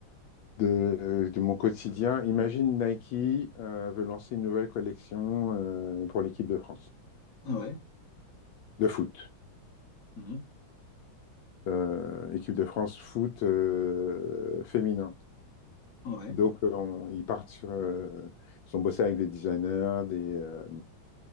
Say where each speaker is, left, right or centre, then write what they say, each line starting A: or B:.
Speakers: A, on the left; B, on the left.
A: de, de mon quotidien. Imagine Nike euh, veut lancer une nouvelle collection euh, pour l'équipe de France
B: Ouais,
A: de foot.
B: mhm,
A: Euh, équipe de France foot euh, féminin.
B: ouais.
A: Donc, euh, on- ils partent sur, euh, ils ont bossé avec des designers, des, euh,